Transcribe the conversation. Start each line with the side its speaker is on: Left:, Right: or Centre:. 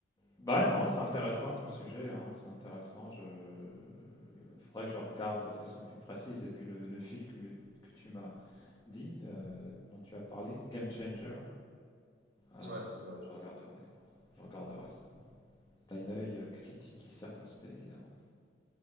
Left: bah non, c'est intéressant comme sujet, hein, c'est intéressant. Je euh, faudrait que je regarde de façon plus précise. Et puis le, le fil que, me- que tu m'as dit, euh, dont tu as parlé, Game Changer, euh,
Right: Ouais, c'est ça.
Left: je regarderai. alors. Je regarderai ça. T'as une œil euh, critique et circonspect, évidemment.